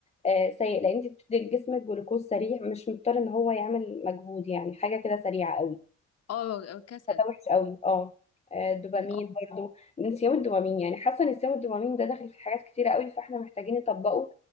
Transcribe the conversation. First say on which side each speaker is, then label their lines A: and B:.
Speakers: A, on the left; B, on the left.
A: آه سيء لان انت بتدي لجسمك جلوكوز سريع مش مضطر ان هو يعمل مجهود يعني حاجه كده سريعه قوي
B: اه آه، كسل
A: فده وحش قوي اه آه، الدوبامين
B: م، اه
A: برضو نسيان الدوبامين يعني حاسه ان نسيان الدوبامين ده داخل في حاجات كتيره قوي فاحنا محتاجين نطبقه